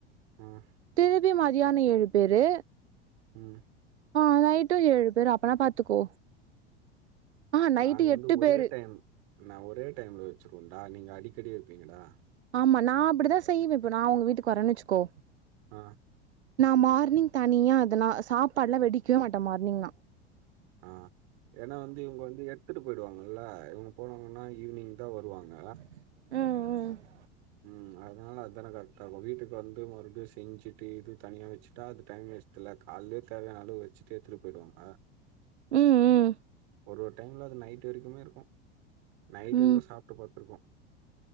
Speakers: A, on the right (about 60°); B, on the right (about 85°).
A: ம்
B: திருப்பி மதியான ஏழு பேரு
A: ம்
B: அ நைட்டு ஏழு பேரு அப்பன்னா பாத்துக்கோ ஆ நைட்டு
A: நாங்க வந்து
B: எட்டு
A: ஒரே
B: பேரு
A: டைம் நா ஒரே டைம்ல வச்சிக்குவோம்டா நீங்க அடிக்கடி வப்பீங்கடா
B: ஆமா நா அப்படிதா செய்வே இப்ப நா உங்க வீட்டுக்கு வரன்னு வச்சுக்கோ
A: அ
B: நா மார்னிங் தனியா அதனா சாப்பாட்லா வெடிக்கவே மாட்டே மார்னிங் நா
A: அ ஏதுனா வந்து இவங்க வந்து எ விட்டுட்டு போயிடுவாங்கல்ல இவங்க போனாங்கன்னா ஈவினிங் தா வருவாங்க
B: ம் ம்
A: ம் அதனால அதான கரெக்டா இருக்கு வீட்டுக்கு வந்து மறுபடியு செஞ்சுட்டு இது தனியா வச்சுட்டா அது டைம் வேஸ்ட் இத்துல காலயே தேவையானா அளவு வச்சுட்டு எத்துட்டு போயிடுவாங்க
B: ம் ம்
A: ஒரு ஒரு டைம்ல அது நைட்டு வரைக்குமே இருக்கு நைட்
B: ம்
A: கூட சாப்ட்டு படுத்துருக்கோ